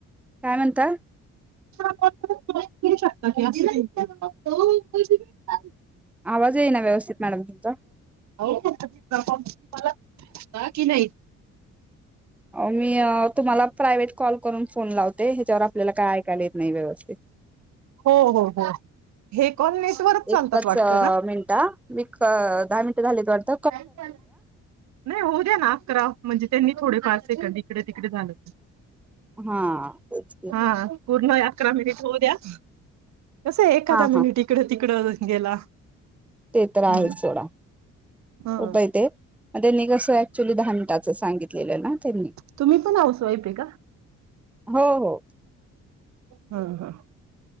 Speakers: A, in the centre; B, on the right (about 65°).
A: काय म्हणता?
B: <unintelligible>
A: आवाज येईना व्यवस्थित मॅडम तुमचा
B: हो <unintelligible> काकी नाही
A: मी तुम्हाला प्रायवेट कॉल करून फोन लावते ह्याच्यावर आपल्याला काय आय कायला येत नाही वेळेवर
B: हो हो हो हे कॉल नेटवरच चालतात
A: एकच
B: वाटतं ना
A: मिनिटा हा दहा मिनटं झालेत वाटत
B: नाही होऊ द्या ना अकरा म्हणजे त्यांनी थोडेफारसे इकडे तिकडे झालं
A: हा तेच की
B: हा पूर्ण अकरा मिनिट होऊ द्या कसं आहे एखादा
A: हा
B: मिनिट इकडं तिकडं गेला
A: तेतर आहेच
B: हम्म
A: सोडा
B: हा
A: होतय ते म त्यांनी कस ऍक्च्युली दहा मिनिटाचं सांगि केलं ना त्यांनी
B: तुम्ही पण हाऊस वाईफ आहे का
A: हो हो
B: हं हं